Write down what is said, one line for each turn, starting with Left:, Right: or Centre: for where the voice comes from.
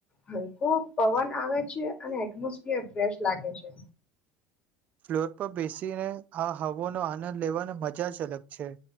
Left: હલકો પવન આવે છે અને એટમોસફિયર ફ્રેશ લાગે છે.
Right: ફ્લોર પર બેસીને આ હવા નો આનંદ લેવાની મજા જ અલગ છે